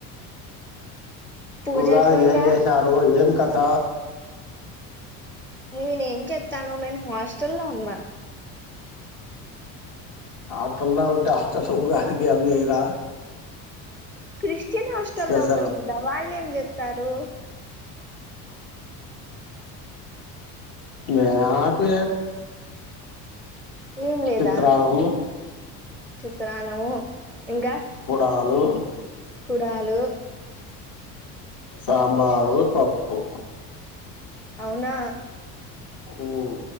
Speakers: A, in the centre; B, on the left.
A: పూజ
B: ఉగాదికి
A: అయిపోయిందా
B: ఏం చేసా ఆ రజు ఏం కత
A: నేనే ఏం చెస్తాను మేను హాస్టల్ లో ఉన్నామా
B: హాస్టల్లో ఉంటే హాస్టల్ లో ఉగాది చేయరా
A: క్రిస్టియన్ హాస్టల్ల్లో
B: స్పెషల్
A: ఉన్నాం కదా వాళ్ళు ఏం చెతారు
B: మకు
A: ఏం లేదా
B: చిత్రాన్నము
A: చిత్రాన్నము ఇంకా
B: కూడా హాలు
A: కుడాలు
B: సాంబారు పప్పు
A: అవునా
B: ఉమ్